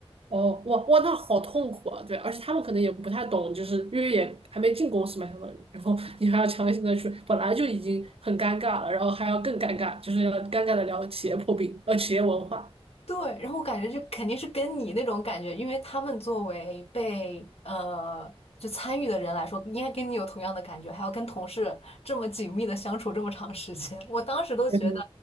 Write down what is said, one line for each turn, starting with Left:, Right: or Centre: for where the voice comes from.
Right: 哦，哇哇，那好痛苦啊！对，而且他们可能也不太懂，就是因为也还没进公司嘛，相当于，然后你还要强行的去，本来就已经很尴尬了，然后还要更尴尬，就是要尴尬的聊企业破冰，呃，企业文化。
Left: 对，然后我感觉就肯定是跟你那种感觉，因为他们作为被呃就参与的人来说，应该跟你有同样的感觉，还要跟同事这么紧密的相处这么长时间，我当时都觉得
Right: 嗯